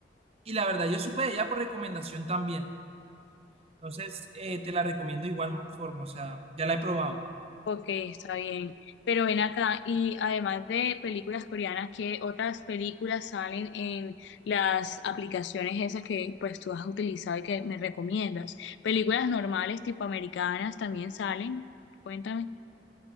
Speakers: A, on the right (about 35°); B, on the left (about 80°).
A: Y la verdad, yo supe de ella por recomendación también. Entonces, eh, te la recomiendo de igual forma, o sea, ya la he probado.
B: Ok, está bien. Pero ven acá, y además de películas coreanas, ¿qué otras películas salen en las aplicaciones esas que pues tú has utilizado y que me recomiendas? Películas normales tipo americanas también salen. Cuéntame.